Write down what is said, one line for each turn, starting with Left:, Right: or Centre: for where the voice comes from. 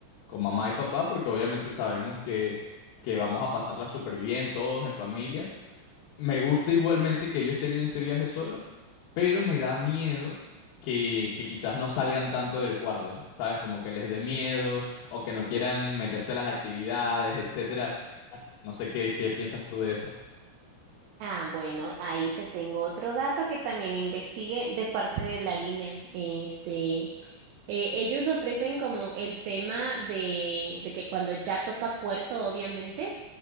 Left: con mamá y papá, porque obviamente sabemos que, que vamos a pasarla súper bien todos en familia. Me gusta igualmente que ellos tengan ese viaje solo, pero me da miedo que, que quizás no salgan tanto del cuarto, ¿sabes? Como que les dé miedo o que no quieran meterse a las actividades, etcétera. No sé qué, qué piensas tú de eso.
Right: Ah, bueno, ahí te tengo otro dato que también investigué de parte de la línea. Este, Eh, ellos ofrecen como el tema de, de que cuando ya toca puerto, obviamente,